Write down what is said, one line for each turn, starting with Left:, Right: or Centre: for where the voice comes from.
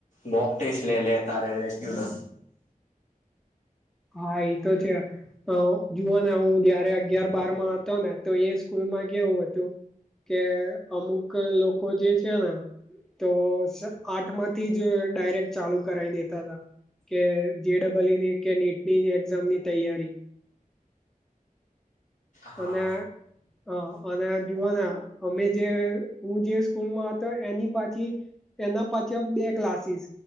Left: બોક ટેસ્ટ લ લે ત રેગ્યુલર
Centre: હા એ તો છે જુઓ ને હું જયારે અગિયાર બારમાં હતો ને તો એ સ્કૂલમાં કેવું હતું. કે અમુક લોકો જે છે ને તો આઠમાંથી જ ડાયરેક્ટ ચાલુ કરાવ દેતા હતાા કે જેીડડબલની કે નીટની એક્ઝામની તૈયારી
Left: હા
Centre: અને હા અને જુઓને અમે જે હું જે સ્કૂલમાં હતો એની પાછી એના પાછી બે ક્લાસીસ